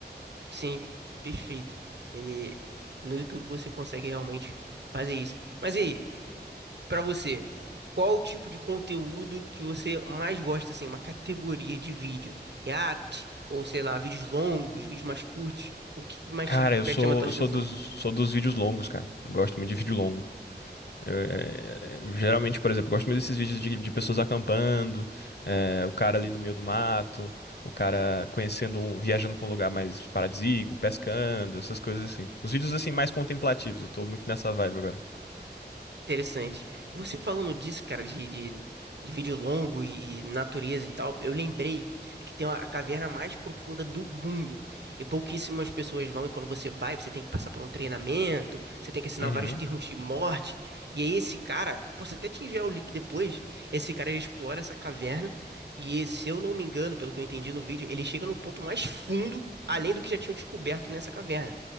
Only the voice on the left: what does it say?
Cara,
eu
sou,
eu
sou dos, sou dos vídeos longos, cara. Eu gosto muito de vídeo longo. É, é, é, geralmente, por exemplo, eu gosto muito desses vídeos de, de pessoas acampando, é, o cara ali no meio do mato, o cara conhecendo um, viajando pra um lugar mais paradisíaco, pescando, essas coisas assim. Os vídeos assim mais contemplativos, eu tô muito nessa vibe agora.
Uhum.